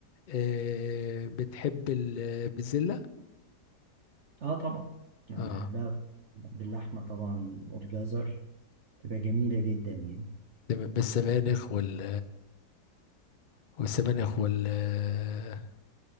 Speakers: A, on the left; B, on the right.
A: آه بتحب البزلة
B: اه طبعا يعني
A: اه
B: بحبها باللحمة طبعا والجزر تبقى جميلة جدا يعني
A: تمام بالسبانخ وال والسبانخ وال آه